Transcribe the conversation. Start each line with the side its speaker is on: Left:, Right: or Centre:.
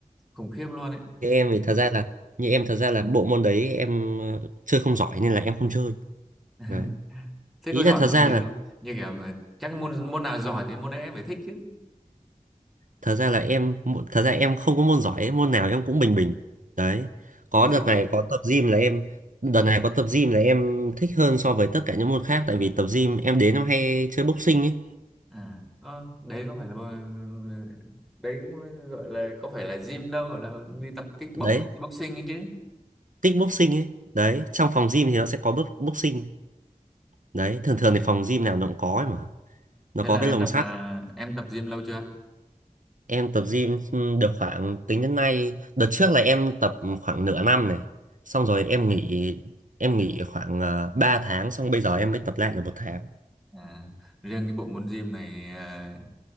Centre: khủng khiếp luôn ấy
Right: Thế em thì thật ra là như em thật ra là bộ môn đấy em ờ, chơi không giỏi nên là em không chơi
Centre: <laughs>
Right: đấy
Centre: thế
Right: ý
Centre: có giỏi
Right: là thật
Centre: môn
Right: ra
Centre: gì
Right: là
Centre: không như kiểu là chắc môn môn nào giỏi thì môn đấy em phải thích chứ
Right: thật ra là em thật ra em không có môn giỏi ấy, môn nào em cũng bình bình đấy có
Centre: thì dễ
Right: đợt này có tập gym là em đợt này có tập gym là em thích hơn so với tất cả những môn khác tại vì tập gym em đến em hay chơi boxing ấy
Centre: à ờ, đấy có phải là bơ- đấy cũng gọi là có phải là gym đâu gọi là đi tập kickbox
Right: đấy
Centre: boxing ấy chứ
Right: tích boxing ấy đấy trong phòng gym thì nó sẽ có box- boxing đấy thường thường thì phòng gym nào nó cũng có ấy mà nó
Centre: thế
Right: có
Centre: là
Right: cái
Centre: em
Right: lồng
Centre: tập
Right: sắt
Centre: à, em tập gym lâu chưa
Right: em tập gym ừ, được khoảng tính đến nay đợt trước là em tập khoảng nửa năm này xong rồi em nghỉ em nghỉ khoảng uh, 3 tháng xong bây giờ em mới tập lại được một tháng
Centre: à, riêng cái bộ môn gym này à,